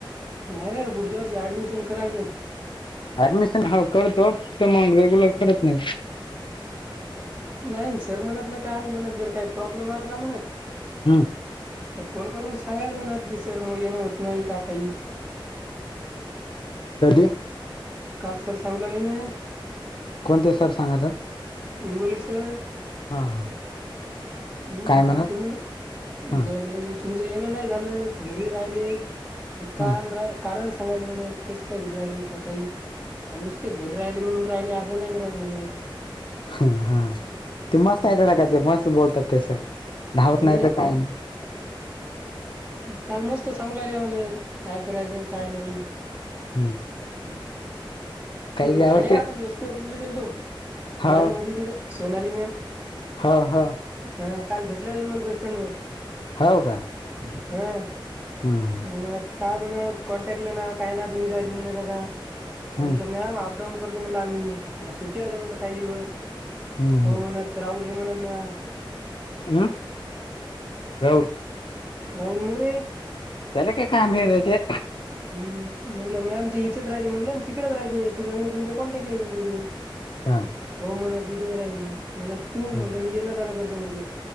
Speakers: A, on the right; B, on the left.
A: नाही रे पुढच्या वर्षी ऍडमिशन करायचं
B: ऍडमिशन ह करतो फक्त मग रेग्युलर करत नाही
A: नाही सर म्हणत ना काल म्हणत जर काही प्रॉब्लेम असला म्हणत
B: हम्म
A: फोन करून सांगायला म्हणत की सर मग येण होत नाही का काही
B: कधी
A: काल सर सांगू लागली ना?
B: कोणते सर सांगतात?
A: इंगोली सर.
B: हा हा
A: हम्म.
B: काय म्हणत
A: केल
B: हा
A: जर <unintelligible> तुमचं येण नाही झालं, घरी राहिले तर का
B: हा
A: रा कारण सांगायचं म्हणे इतकंच. का घरी राहिलो काही का नुसतेच घरी राहिले म्हणून राहिले असं नाही करायचं म्हणत
B: ह हा
A: हम्म
B: ते मस्त नाही का ते मस्त बोलतात तेस धावत
A: हो
B: नाही तर काय नाही.
A: अ काल मस्त सांगू राहील मला काय करायचं काय नाही.
B: हम्म
A: ह्
B: काही
A: तू
B: यावरचे
A: ध्याने का आपण एस पी ऑफिसला गेलतो
B: हो
A: मॅडम होती तिथ. सोनाली मॅम.
B: हा हा.
A: हा काल भेटले जान मल बस स्टँड वर.
B: होव का?
A: होय
B: हम्म
A: म्हणत. काय म्हणत कॉन्टॅक्टला ना काय ना तुम्ही राहिली म्हणत आता
B: हम्म
A: म्हटलं मॅम अपडाऊन करतो म्हणलं. आम्ही आता सुट्टी आल्या म्हणल काही दिवस,
B: हम्म हम्म
A: हो म्हणत राहुल हे म्हणत ना
B: हम्म. राहुल
A: राहुल मोरे.
B: त्याला काय काम ह राय ते
A: हम्म. म्हटलं मॅम ते इथेच राहते म्हटलं तिकडेच राहते. त्याच्यामुळे तुमच्या कॉनन्टॅक्टली म्हटलं तेव
B: हा
A: हो म्हणा तिथेच राही म्हण. म्हण तू
B: हम्म
A: म्हटलं मी येना जाण करतो म्हटलं.